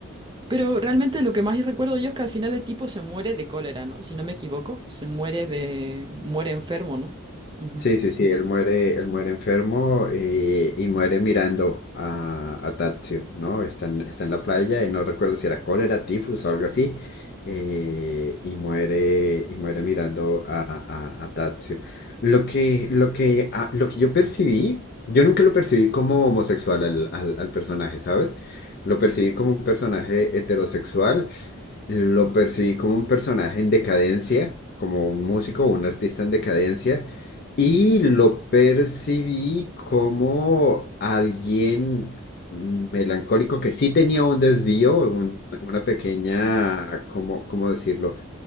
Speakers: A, on the right (about 20°); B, on the left (about 50°).
A: Pero realmente lo que más recuerdo yo es que al final el tipo se muere de cólera, ¿no? Si no me equivoco, se muere de... muere enfermo, ¿no? Ujú.
B: Sí, sí, sí, él muere, él muere enfermo eh, y muere mirando a, a Tadzio, ¿no? Está en, está en la playa y no recuerdo si era cólera, tifus o algo así, eh, y muere, y muere mirando a, a, a Tadzio. Lo que, lo que, ah, lo que yo percibí, yo nunca lo percibí como homosexual al, al, al personaje, ¿sabes? Lo percibí como un personaje heterosexual lo percibí como un personaje en decadencia, como un músico o un artista en decadencia, y lo percibí como alguien melancólico que sí tenía un desvío, un- una pequeña, ¿cómo, cómo decirlo?